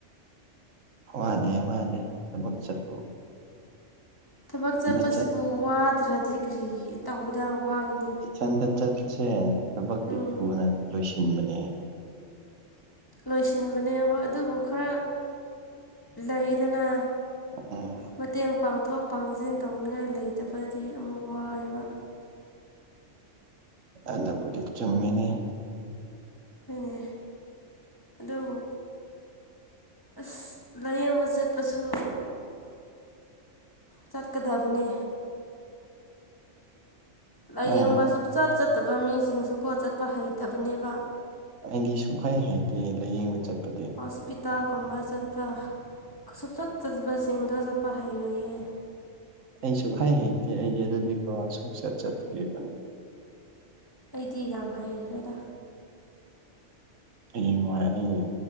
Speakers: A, on the right (about 85°); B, on the left (about 15°).
A: ꯋꯥꯅꯦ ꯋꯥꯅꯦ ꯊꯕꯛ ꯆꯠꯄ
B: ꯊꯕꯛ ꯆꯠꯄꯁꯤꯕꯨ
A: ꯆꯠ
B: ꯋꯥꯗ꯭ꯔꯗꯤ ꯀꯔꯤ ꯇꯧꯕꯗ ꯋꯥꯒꯅꯤ
A: ꯏꯊꯟꯗ ꯆꯠꯄꯁꯦ ꯊꯕꯛꯇꯤ
B: ꯎꯝ
A: ꯊꯨꯅ ꯂꯣꯏꯁꯤꯟꯕꯅꯦ
B: ꯂꯣꯏꯁꯤꯟꯕꯅꯦ ꯍꯣꯏ ꯑꯗꯨꯕꯨ ꯈꯔ ꯂꯩꯗꯅ
A: ꯎꯝ
B: ꯃꯇꯦꯡ ꯄꯥꯡꯊꯣꯛ ꯄꯥꯡꯁꯤꯟ ꯇꯧꯅꯤꯡꯉꯥꯏ ꯂꯩꯇꯕꯗꯤ ꯑꯃꯨꯛ ꯋꯥꯏꯌꯦꯕ꯫
A: ꯑꯗꯨꯕꯨꯗꯤ ꯆꯨꯝꯃꯤꯅꯤ
B: ꯍꯣꯏꯅꯦ ꯑꯗꯣ꯫ ꯑꯁ ꯂꯥꯏꯌꯦꯡꯕ ꯆꯠꯄꯁꯨ ꯆꯠꯀꯗꯕꯅꯦ꯫ ꯂꯥꯏꯌꯦꯡꯕ
A: ꯅꯪ
B: ꯁꯆꯥꯠ ꯆꯠꯇꯕ ꯃꯤꯁꯤꯡꯁꯨꯀꯣ ꯆꯠꯄ ꯍꯩꯇꯕꯅꯦꯕ
A: ꯑꯩꯗꯤ ꯁꯨꯡꯍꯩ ꯍꯥꯏꯇꯦ ꯂꯥꯏꯌꯦꯡꯕ ꯆꯠꯄꯗꯤ
B: ꯍꯣꯁꯄꯤꯇꯥꯜꯒꯨꯝꯕ ꯆꯠꯄ ꯁꯨꯡꯆꯠ ꯆꯠꯇꯕꯁꯤꯡꯗꯣ ꯆꯠꯄ ꯍꯩꯔꯣꯏꯌꯦ
A: ꯑꯩ ꯁꯨꯛꯍꯩ ꯍꯩꯇꯦ ꯑꯩꯗꯤ ꯑꯗꯨꯗꯤꯀꯣ ꯁꯨꯛꯆꯠ ꯆꯠꯇ꯭ꯔꯤꯕꯅꯤ
B: ꯑꯩꯗꯤ ꯌꯥꯝ ꯍꯩꯈ꯭ꯔꯦꯗ꯫
A: ꯍꯌꯦꯡꯋꯥꯏ ꯑꯩ